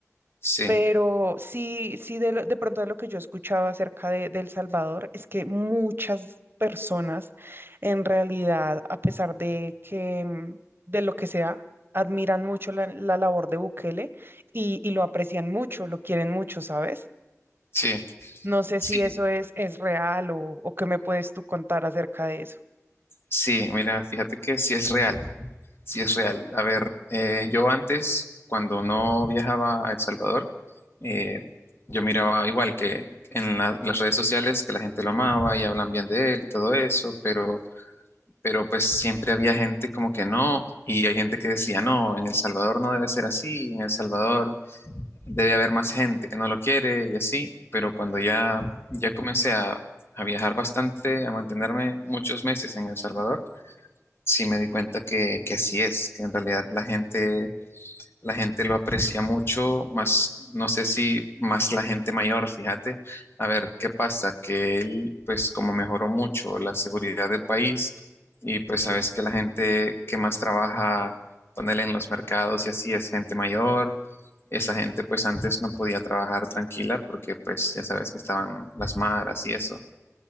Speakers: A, on the left; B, on the right.
A: sí,
B: Pero sí, sí de, lo- de pronto de lo que yo escuchaba acerca de, de El Salvador es que muchas personas en realidad, a pesar de que, mm, de lo que sea, admiran mucho la, la labor de Bukele y, y lo aprecian mucho, lo quieren mucho, ¿sabes?
A: sí,
B: No sé
A: sí,
B: si eso es, es real o, o qué me puedes tú contar acerca de eso.
A: sí, mira, fíjate que sí es real. Sí, es real. A ver, eh, yo antes, cuando no viajaba a El Salvador, eh, yo miraba igual que en la- las redes sociales que la gente lo amaba y hablan bien de él y todo eso, pero, pero pues siempre había gente como que no, y hay gente que decía, no, en El Salvador no debe ser así, en El Salvador debe haber más gente que no lo quiere y así, pero cuando ya, ya comencé a, a viajar bastante, a mantenerme muchos meses en El Salvador, sí me di cuenta que, que así es, que en realidad la gente, la gente lo aprecia mucho, más, no sé si más la gente mayor, fíjate, a ver qué pasa, que él, pues como mejoró mucho la seguridad del país y pues sabes que la gente que más trabaja, ponerle en los mercados y así es gente mayor. Esa gente pues antes no podía trabajar tranquila porque pues ya sabes que estaban las maras y eso.